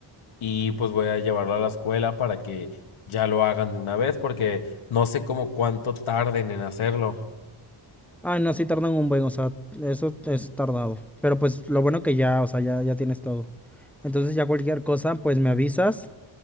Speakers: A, on the left; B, in the centre.
A: y pues voy a llevarlo a la escuela para que ya lo hagan de una vez porque no sé cómo cuánto tarden en hacerlo.
B: Ay, no, sí tardan un buen, o sea, eso es tardado. Pero pues lo bueno que ya, o sea, ya, ya tienes todo. Entonces ya cualquier cosa, pues me avisas.